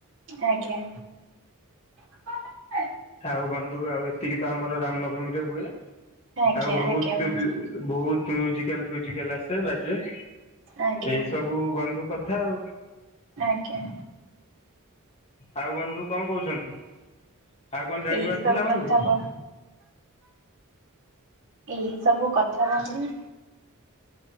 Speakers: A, on the right (about 60°); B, on the left (about 30°).
A: ଆଜ୍ଞା। ଆଜ୍ଞା
B: ଆଉ ବନ୍ଧୁ ଆଉ ଏତିକି ତ ଆମର ରାମନବମୀ ରେ ହୁଏ
A: ଆଜ୍ଞା
B: ଆଉ ବହୁତ୍
A: ଆଜ୍ଞା ବନ୍ଧୁ
B: ବହୁତ ମ୍ୟୁଜିକାଲ ଫ୍ୟୁଜିକାଲ ଆସେ ବାଜେ।
A: ଆଜ୍ଞା
B: ଏଇ ସବୁ ବନ୍ଧୁ କଥା ଆଉ
A: ଆଜ୍ଞା।
B: ଆଉ ବନ୍ଧୁ କଣ କହୁଛନ୍ତି? ଆଉ କଣ ଜାଣିବାର
A: ଏଇ ସବୁ
B: ଥିଲା ବନ୍ଧୁ?
A: କଥା ବ ଏଇ ସବୁ କଥା ବନ୍ଧୁ।